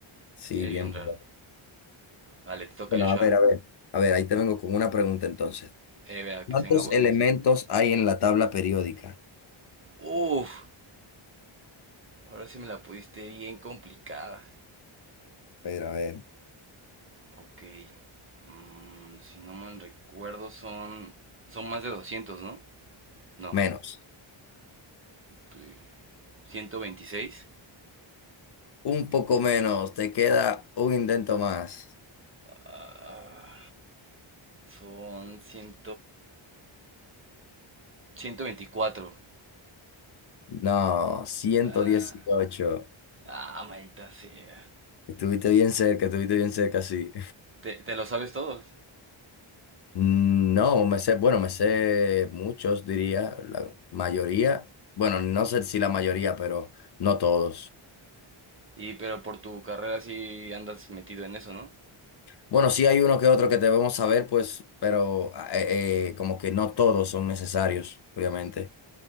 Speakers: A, on the left; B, on the right.
A: sí,
B: Eh,
A: bien
B: bien raro.
A: polémico.
B: Vale, te toca,
A: Bueno,
B: Joshua.
A: a ver, a ver. A ver, ahí te vengo con una pregunta entonces.
B: Eh, vea,
A: ¿Cuántos
B: que se, enga-
A: elementos
B: que se...
A: hay en la tabla periódica?
B: Uf, ahora sí me la pudiste bien complicada.
A: A ver, a ver.
B: Ok. Mm, si no mal recuerdo, son. Son más de 200, ¿no? No.
A: Menos.
B: Okay. ciento veintiséis.
A: Un poco menos. Te queda un intento más.
B: Ah, son cien... ciento veinticuatro.
A: No, ciento
B: Ah,
A: dieciocho
B: ah maldita sea.
A: Estuviste bien cerca, estuviste bien cerca, sí.
B: Te, te lo sabes todos.
A: Mm, No, me sé, bueno, me sé muchos, diría, la mayoría. Bueno, no sé si la mayoría, pero no todos.
B: Y pero por tu carrera sí andas metido en eso, ¿no?
A: Bueno, sí hay uno que otro que debemos saber, pues, pero eh, eh, como que no todos son necesarios, obviamente.